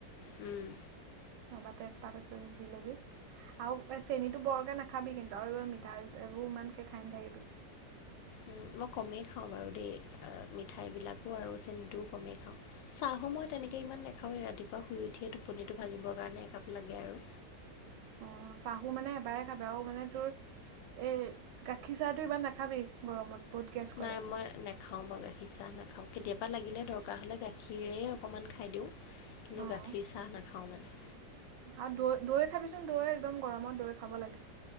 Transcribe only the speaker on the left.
উম'
উম' মই কমেই খাওঁ বাৰু দেই, আ মিঠা এইবিলাকো আৰু চেনিটোও কমেই খাওঁ। চাহো মই তেনেকে ইমান নাখাঁৱেই, ৰাতিপুৱা শুই উঠিয়ে টোপনিটো ভাঙিবৰ কাৰণে একাপ লাগে আৰু।
নাই মই নাখাও বাৰু গাখীৰ চাহ নাখাওঁ কেতিয়াবা লাগিলে দৰ কাৰ হ'লে গাখীৰেই অকণমান খাই দিওঁ কিন্তু
গাখীৰ চাহ নাখাওঁ মানে।